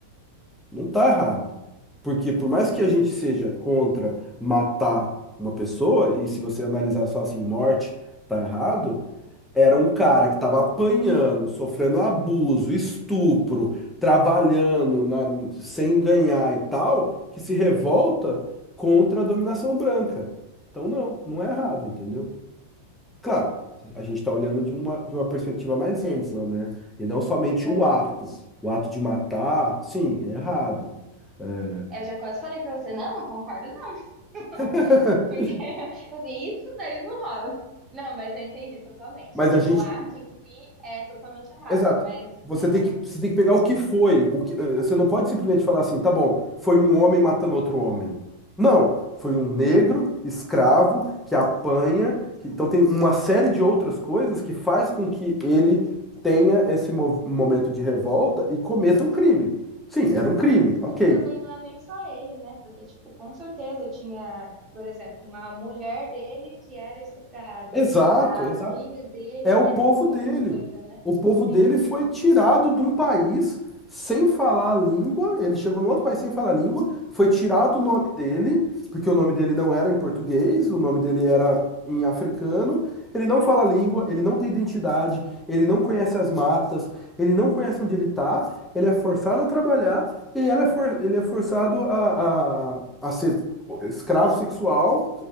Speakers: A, in the centre; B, on the right.
A: Não tá errado. Porque por mais que
B: Uhum.
A: a gente seja contra matar uma pessoa, e se você analisar só assim, morte tá errado, era um cara que estava apanhando, sofrendo abuso, estupro, trabalhando na- sem ganhar e tal, que se revolta contra a dominação branca. Então, não, não é errado, entendeu? Claro, a gente está olhando de uma, de uma perspectiva mais ampla, né? E não somente
B: É,
A: o ato. O ato de matar, sim, é errado. É,
B: Eu já quase falei pra você, não, não concordo, não. <laughs>
A: <laughs>
B: Porque, <laughs> assim, isso daí não rola. Não, mas eu entendi totalmente.
A: Mas
B: Sim,
A: a gente.
B: o ato em si é totalmente errado,
A: Exato.
B: mas
A: Você
B: é.
A: tem que, você tem que pegar o que foi. O que, eh, você não pode simplesmente
B: né,
A: falar assim, tá bom, foi um homem matando outro homem. Não, foi
B: Sim.
A: um negro escravo que apanha. que- então tem uma série de outras coisas que faz com que ele tenha esse mo- momento de revolta e cometa um crime. Sim, era um crime,
B: E que
A: ok.
B: ele também não é nem só ele, né? Porque, tipo, com certeza tinha, por exemplo, uma mulher dele que era estuprada,
A: Exato,
B: a
A: exato.
B: filha dele,
A: É o
B: e
A: povo
B: é muita
A: dele.
B: coisa, né?
A: O povo dele
B: Sim,
A: foi tirado de um país sem falar a língua. Ele chegou num outro país sem falar a língua. Foi tirado o nome
B: Uhum,
A: dele, porque o nome dele não era em português, o nome dele era em africano. Ele não fala a língua,
B: Sim.
A: ele não tem identidade, ele não conhece as matas, ele não conhece onde ele está. Ele é forçado a trabalhar e ela é for- ele é forçado a, a, a ser escravo sexual,